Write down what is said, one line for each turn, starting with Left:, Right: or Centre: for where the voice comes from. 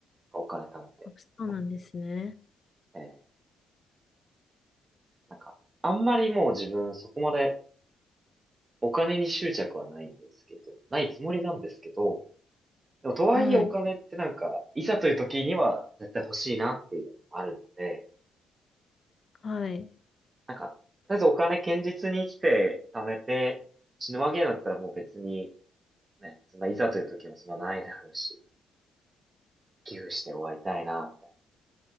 Right: お金貯めて。
Left: あそうなんですね。
Right: ええなんか、あんまりもう自分そこまでお金に執着はないんですけど、ないつもりなんですけど、でもとはいえお金ってなんか、
Left: はい。
Right: いざという時には絶対欲しいなっていうのもあるので、
Left: はい。
Right: なんか、とりあえずお金堅実に生きて貯めて、死ぬわけだったらもう別に、ね、そんないざという時もそんなないだろうし、寄付して終わりたいな、みたい